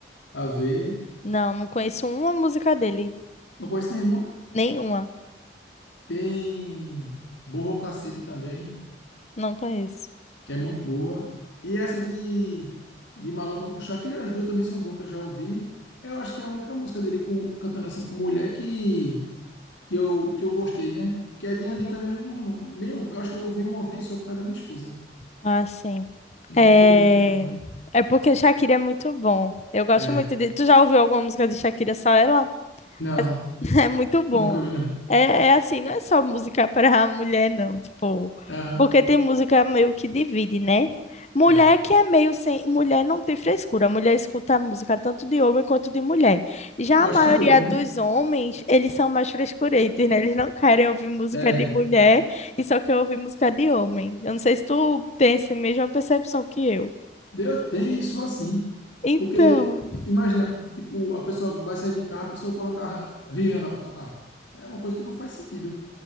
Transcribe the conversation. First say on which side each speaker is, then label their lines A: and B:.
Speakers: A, on the left; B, on the left.
A: a ver.
B: Não, não conheço uma música dele.
A: Não conheço nenhuma.
B: Nenhuma.
A: Tem Borro Cacete também.
B: Não conheço.
A: que é muito boa. E essa de, de Maluma com Shakira, as duas também são boas, que eu já ouvi. Eu acho que é a única música dele com, cantando assim com mulher que, que, eu, que eu gostei, né? Porque a de
B: Uhum.
A: Anitta mesmo, não, nem, eu eu acho que eu ouvi uma vez só por causa da minha esposa.
B: Ah, sim.
A: Nunca
B: É,
A: foi muito que eu vi, não.
B: é porque Shakira é muito bom. Eu gosto
A: É.
B: muito de. Tu já ouviu alguma música de Shakira, só ela?
A: Não,
B: Mas <laughs> É muito bom.
A: nunca ouvi, não.
B: É, é assim, não é só música para mulher, não. Tipo,
A: Aham,
B: porque tem música meio que divide, né? Mulher
A: é.
B: que é meio sem. Mulher não tem frescura. Mulher escuta música tanto de homem quanto de mulher. Já
A: Eu
B: a
A: acho
B: maioria
A: que é o homem,
B: dos
A: né?
B: homens, eles são mais frescurentos, né? Eles não querem ouvir música
A: É.
B: de mulher e só querem ouvir música de homem. Eu não sei se tu tem essa mesma percepção que eu.
A: Eu tenho isso assim.
B: Então,
A: Porque, i- imagina, tipo, a pessoa vai sair de carro, a pessoa coloca a Rihanna pra tocar. É uma coisa que não faz sentido,